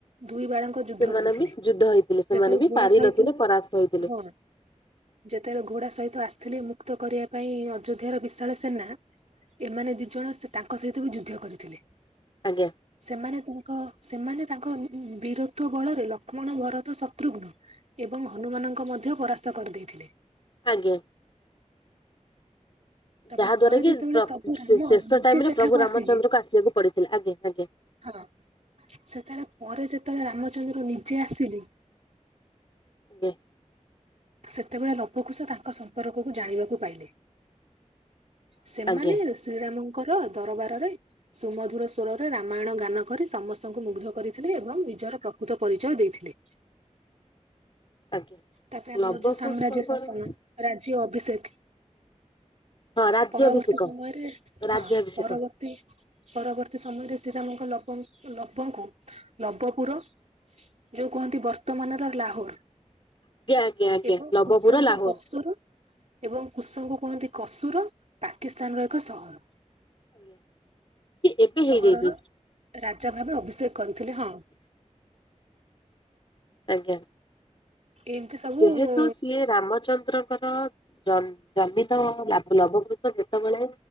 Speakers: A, on the right; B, on the left.
A: ଦୁଇ ବାଳଙ୍କ ଯୁଦ୍ଧ
B: ସେମାନେ
A: କରିଥିଲେ
B: ବି ଯୁଦ୍ଧ ହେଇଥିଲେ ସେମାନେ
A: ଯେତେବେଳେ
B: ବି
A: ଘୋଡ଼ା
B: ପାରି
A: ସହିତ
B: ନଥିଲେ ପରାସ୍ତ ହେଇଥିଲେ
A: ହଁ ଯେତେବେଳେ ଘୋଡ଼ା ସହିତ ଆସିଥିଲେ ମୁକ୍ତ କରିବା ପାଇଁ ଅଯୋଧ୍ୟାର ବିଶାଳ ସେନା ଏମାନେ ଦୁଇ ଜଣ ସେ ତାଙ୍କ ସହିତ ବି ଯୁଧ୍ୟ କରିଥିଲେ।
B: ଆଜ୍ଞା
A: ସେମାନେ ତାଙ୍କ ସେମାନେ ତାଙ୍କ ବୀରତ୍ବ ବଳରେ ଲକ୍ଷ୍ମଣ, ଭରତ, ଶତ୍ରୁଘ୍ନ ଏବଂ ହନୁମାନଙ୍କ ମଧ୍ୟ ପରାସ୍ତ କରିଦେଇଥିଲେ।
B: ଆଜ୍ଞା।
A: ତାପରେ
B: ଯାହା ଦ୍ଵାରା
A: ପରେ
B: କି
A: ଯେତେବେଳେ
B: ପ୍ର
A: ପ୍ରଭୁ ରାମ
B: ସେ ଶେଷ
A: ନିଜେ
B: ଟାଇମ ରେ
A: ସେଠାକୁ
B: ପ୍ରଭୁ ରାମଚନ୍ଦ୍ରଙ୍କୁ
A: ଆସିଲେ
B: ଆସିବାକୁ ପଡିଥିଲା ଆଜ୍ଞା, ଆଜ୍ଞା।
A: ହଁ ସେତେବେଳେ ପରେ ଯେତେବେଳେ ରାମଚନ୍ଦ୍ର ନିଜେ ଆସିଲେ
B: ଦେ
A: ସେତେବେଳେ ଲବକୁଶ ସେ ତାଙ୍କ ସମ୍ପର୍କକୁ ଜାଣିବାକୁ ପାଇଲେ। ସେମାନେ
B: ଆଜ୍ଞା
A: ଶ୍ରୀରାମ ଙ୍କର ଦରବାରରେ ସୁମଧୁର ସ୍ବରରେ ରାମାୟଣ ଗାନ କରି ସମସ୍ତଙ୍କୁ ମୁଗ୍ଧ କରିଥିଲେ ଏବଂ ନିଜର ପ୍ରକୃତ ପରିଚୟ ଦେଇଥିଲେ।
B: ଆଜ୍ଞା
A: ତାପରେ ଆମର
B: ଲବ
A: ଯୋଉ ସାମ୍ରାଜ୍ୟ
B: କୁଶଙ୍କର
A: ଶାସନ ରାଜ୍ୟ ଅଭିଷେକ।
B: ହଁ ରାଜ୍ୟାଭିଷେକ
A: ପରବର୍ତ୍ତୀ ସମୟରେ
B: ରାଜ୍ୟାଭିଷେକ
A: ହଁ ପରବର୍ତ୍ତୀ ପରବର୍ତ୍ତୀ ସମୟରେ ଶ୍ରୀରାମଙ୍କ ଲବ ଲବଙ୍କୁ ଲବପୁର ଯୋଉ କୁହନ୍ତି ବର୍ତ୍ତମାନର ଲାହୋର।
B: ଆଜ୍ଞା ଆଜ୍ଞା ଆଜ୍ଞା
A: ଏବଂ
B: ନବପୁର
A: କୁଶଙ୍କୁ
B: ଲାହୋର।
A: କସୁର ଏବଂ କୁଶଙ୍କୁ କୁହନ୍ତି କସୁର ପାକିସ୍ତାନ ର ଏକ ସହର।
B: ଆଜ୍ଞା। ସିଏ ଏବେ
A: ସହରର
B: ହେଇଯାଇଛି
A: ରାଜା ଭାବେ ଅଭିଷେକ କରିଥିଲେ, ହଁ।
B: ଆଜ୍ଞା।
A: ଏମିତି ସବୁ
B: ଯେହେତୁ
A: ହଁ
B: ସିଏ ରାମଚନ୍ଦ୍ରଙ୍କର ଜନ୍ ଜନ୍ମିତ ଲା ଲବକୁଶ ଯେତେବେଳେ